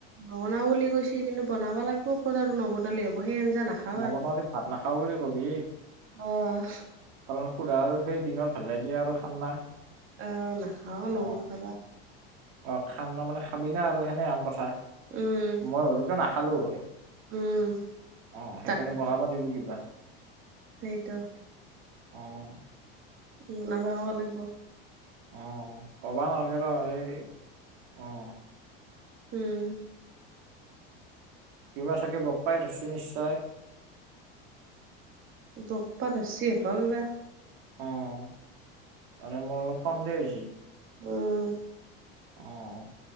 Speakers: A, on the right; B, on the right.
A: নবনাও বুলি কৈছে কিন্তু, বনাব লাগিব ক'ত আৰু নবনালে হ'ব সেই আঞ্জা নাখাও
B: নবনালি
A: আৰু।
B: ভাত নাখাও বুলি কবি।
A: অঁ'
B: কাৰণ সুদা আৰু সেই দিনৰ ভাজাই দিয়া আৰু খাম না।
A: অঁ নাখাও
B: অ
A: নৱাৰো খাবা।
B: অ' খাম ন মানে খাবি না আৰু সেনে আৰু কথা
A: উম,
B: মই হ'লিতো নাখালো হয়।
A: উম।
B: অঁ
A: তাকেতো
B: সেইকাৰণে বনাবা দিবি কিবা।
A: সেইটো।
B: অঁ'
A: বনাবা কবা লাগিব।
B: অঁ' ক'বা নালগে ৰ এই অঁ'।
A: উম'
B: কিবা চাগে বক পাই ধৰছি নিশ্চয়।
A: দকপা ধৰচি হপাও কিবা।
B: অঁ' মানে মোৰ অলপ সন্দেহ হৈছি-
A: উম'
B: অঁ'